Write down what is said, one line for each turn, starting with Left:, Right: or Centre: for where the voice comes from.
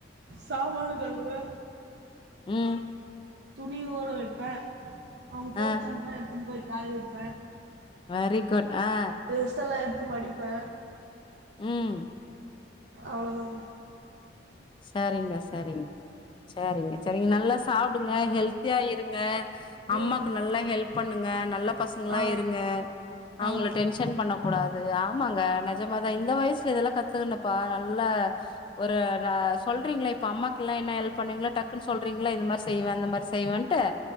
Right: சாமான்னு கலுவுவ
Left: ம்
Right: துணி ஊற வைப்ப அவுங்க
Left: ஆ
Right: தோவ்ச்சாங்கனா எடுத்துன்னு போய் காய வெப்ப
Left: வெரி குட் ஆ
Right: ட்ரஸ் எல்லா எடுத்து மடிப்ப
Left: ம்
Right: அவ்ளோதாங்க
Left: சேரிங்க சேரிங்க சேரிங்க சேரிங்க நல்லா சாப்டுங்க ஹெல்த்தியா இருங்க அம்மாக்கு
Right: ம்
Left: நல்லா ஹெல்ப் பண்ணுங்க நல்ல பசங்களா
Right: ஆ
Left: இருங்க அவுங்கள
Right: ஆமாங்க
Left: டென்ச சன் பண்ண கூடாது ஆமாங்க நெஜமாதா இந்த வயசுல இதெல்லா கத்துக்குன்னுப்பா நல்ல ஒரு இல்ல சொல்றீங்கள இப்ப அம்மாக்குல்லா என்ன ஹெல்ப் பண்ணீவீங்களௌ டக்குன்னு சொல்றீங்கள இந்த மாரி செய்வன் அந்த மாரி செய்வேன்ட்டு